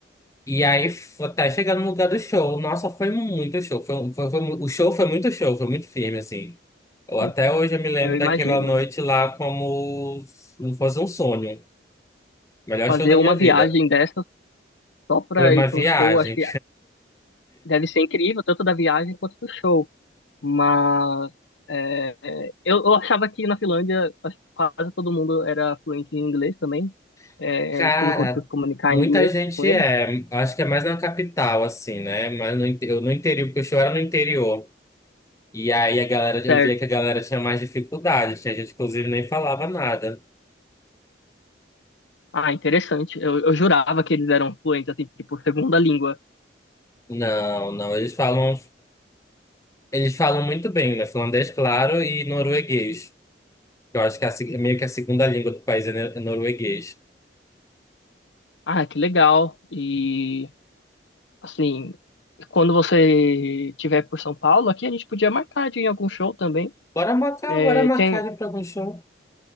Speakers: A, on the left (about 15°); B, on the left (about 75°).
A: E aí, f- até chegar no lugar do show, nossa, foi muito show. Foi, um- foi, foi mu- o show foi muito show, foi muito firme, assim. Eu, até
B: <laughs>
A: hoje eu me lembro
B: Eu imagino.
A: daquela noite lá como se fosse um sonho. Melhor
B: Fazer
A: show da
B: uma
A: minha vida.
B: viagem dessas só pra
A: Foi uma
B: ir pra
A: viagem.
B: um show, acho que deve ser incrível, tanto da viagem quanto do show. Mas é, eu, eu achava que na Finlândia acho que quase todo mundo era fluente em inglês também.
A: <laughs>
B: É,
A: Cara,
B: você não conseguiu se comunicar
A: muita
B: em inglês
A: gente
B: com eles?
A: é. Acho que é mais na capital, assim, né? Mas no, inte- eu no interior, porque o show era no interior. E aí a galera, eu
B: Certo.
A: via que a galera tinha mais dificuldade. Tinha gente, que, inclusive, nem falava nada.
B: Ah, interessante. Eu, eu jurava que eles eram fluentes, assim, tipo, segunda língua.
A: Não, não. Eles falam, eles falam muito bem, né? Finlandês, claro, e norueguês. Eu acho que é a se- meio que a segunda língua do país é ne- é norueguês.
B: Ah, que legal. E assim, quando você tiver por São Paulo, aqui a gente podia marcar de ir em algum show também.
A: Bora marcar,
B: É,
A: bora
B: tem,
A: marcar ir pra algum show.